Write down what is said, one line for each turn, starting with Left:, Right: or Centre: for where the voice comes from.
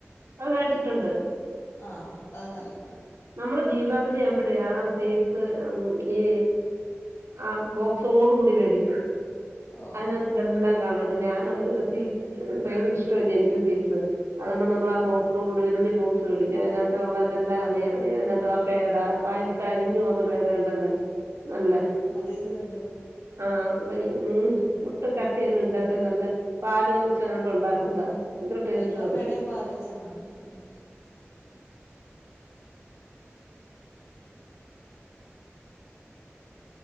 Right: അത് കഴിച്ചിട്ടുണ്ട്
Left: ആഹ് അത് നല്ലാണ്
Right: നമ്മള് ദീപാവലി ആവുമ്പഴേ ആഹ് സ്വീറ്റ്സ് മം ഈ ആഹ് ബോ ക്സോടു കൂടി മേടിക്കും
Left: ഓഹ്
Right: അതിനാത്ത് ഇതെല്ലാം കാണും അപ്പം ഞാനൊരു സ്വീറ്റ് ഏഹ് ഭയങ്കര ഇഷ്ടവല്ലെ എനിക്ക് സ്വീറ്റ്സ് അതുകൊണ്ട് നമ്മളാ
Left: ഉം
Right: ബോക്സോടൂടി വല്യ ബോക്സ് മേടിക്കും അതിനാത്ത് ഒള്ളതെല്ലാം അറിയാം ഏഹ് അതിനാത്താ പേട വായിലിട്ടാ അലിഞ്ഞു പോന്ന പേടയൊണ്ടല്ലോ നല്ലെ
Left: അതേത് പേടേയാ?
Right: ആഹ് ഇപ ഈ ഉം ഒട്ടും കട്ടിയൊന്നും ഇല്ലാത്ത നല്ല പാലോ വെച്ചൊ എങ്ങാണ്ട് ഒണ്ടാക്കുന്ന്താ ഭയങ്കര ടേസ്റ്റുവാ
Left: എല്ലാ
Right: അത്
Left: പേടയും പാല് വെച്ചാണ് ഒണ്ടാക്കുന്നെ